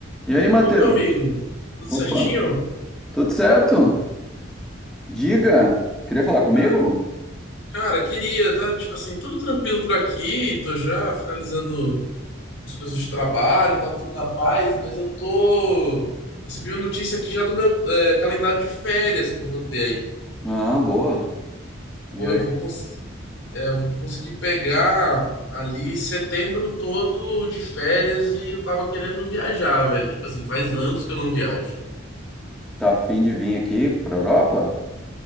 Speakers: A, in the centre; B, on the left.
A: E aí, Matheus?
B: Opa, amigo, tudo
A: Opa,
B: certinho?
A: tudo certo? Diga, tu queria falar comigo?
B: Ca- Cara, queria, tá? Tipo assim, tudo tranquilo por aqui, tô já finalizando as coisas de trabalho, tá tudo na paz, mas eu tô. Recebi uma notícia aqui já do meu é, calendário de férias que eu vou ter aí.
A: Ah, boa. E
B: Pô,
A: aí,
B: eu vou, cons- é, eu vou conseguir pegar ali setembro todo de férias e eu tava querendo viajar, velho. Tipo assim, faz anos que eu não viajo.
A: tá afim de vir aqui pra Europa?